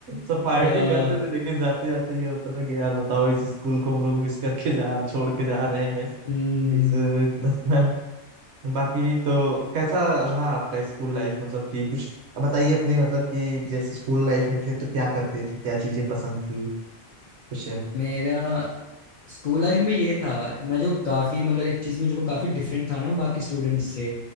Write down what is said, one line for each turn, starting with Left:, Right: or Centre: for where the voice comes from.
Right: सब पार्टी
Left: अ,
Right: करते थे लेकिन जाते जाते ये होता था कि यार बताओ इस स्कूल को हम लोग मिस करके जा छोड़ के जा रहे हैं
Left: हम्म, हम्म।
Right: इस <laughs> बाकी तो कैसा रहा आपका स्कूल लाइफ मतलब कि कुछ अब बताइए अपने मतलब कि जैसे स्कूल लाइफ में थे तो क्या करते थे क्या चीजें पसंद थी कुछ है?
Left: मेरा स्कूल लाइफ में ये था मैं जो काफी मतलब एक चीज में जो काफी डिफरेंट था ना बाकी स्टूडेंट्स से